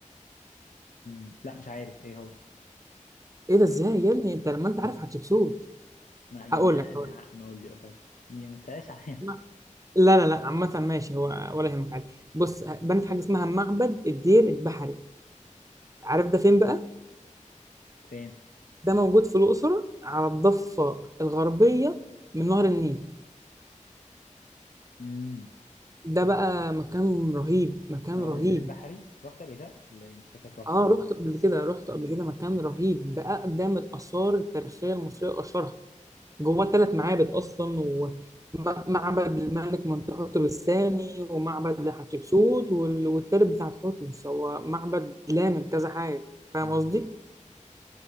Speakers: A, on the left; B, on the right.
A: امم لا مش عارف إيه هو
B: ايه ده ازاي يا ابني انت لما انت عارف هتشبسوت
A: ما يعني
B: هقول
A: أنا
B: لك هقول لك
A: ما أقول لي طب مي- ما تتقلاش عليا
B: ما- لا لا لا عامه ماشي هو ولا يهمك عادي بص بنت حاجه اسمها معبد الدير البحري عارف ده فين بقى
A: <laughs> فين؟
B: ده موجود في الاقصر على الضفه الغربيه من نهر النيل
A: امم
B: ده بقى مكان رهيب مكان
A: معبد
B: رهيب
A: الدرب البحري رحت قبل كده ولا إيه؟ أنت شكلك رحته
B: اه رحت قبل كده رحت قبل كده مكان رهيب ده اقدم الاثار التاريخيه المصريه واشهرها جوه الثلاث معابد اصلا ومعبد الملك منتخرطب الثاني ومعبد لحتشبسوت وال- والتالت بتاع تحتمس هو معبد لامم كذا حاجه فاهم
A: امم
B: قصدي